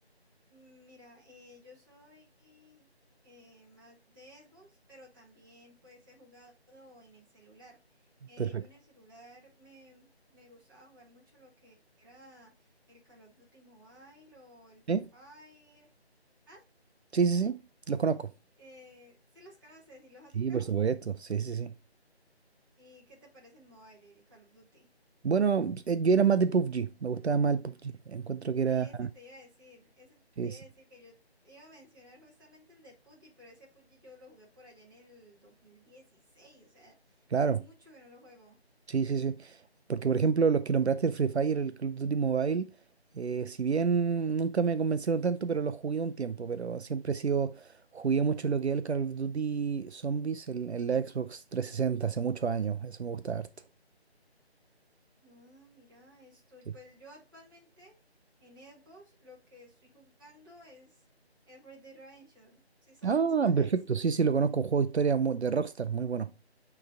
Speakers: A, on the right; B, on the right.
A: Mm, Mira, eh, yo soy eh, más de Xbox, pero también pues he jugado en el celular. Eh,
B: Perfecto.
A: yo en el celular me, me gustaba jugar mucho lo que era el Call of Duty Mobile o el Free
B: ¿Eh?
A: Fire. Ah,
B: Sí, sí, sí, los conozco.
A: eh, sí los conoces y los has
B: Sí,
A: jugado.
B: por supuesto, sí, sí, sí.
A: ¿Y qué te parece el Mobile, el Call of Duty?
B: Bueno, eh, yo era más de PUBG, me gustaba más el PUBG. Encuentro que era.
A: Ese te iba a decir, ese
B: Sí,
A: te
B: sí,
A: iba a decir que yo iba a mencionar justamente el de PUBG, pero ese PUBG yo lo jugué por allá en el 2016, o sea,
B: Claro,
A: hace mucho que no lo juego.
B: sí, sí, sí. Porque, por ejemplo, los que nombraste el Free Fire, el Call of Duty Mobile, eh, si bien nunca me convencieron tanto, pero los jugué un tiempo. Pero siempre he sido. Jugué mucho lo que es el Call of Duty Zombies en, en la Xbox trescientos sesenta, hace muchos años. Eso me gusta harto.
A: Ah, mira, esto,
B: sí.
A: pues yo actualmente en Xbox lo que estoy jugando es Every Dimension, ¿sí sabes
B: Ah,
A: cuál
B: perfecto,
A: es?
B: sí, sí, lo conozco, un juego de historia mu- de Rockstar, muy bueno.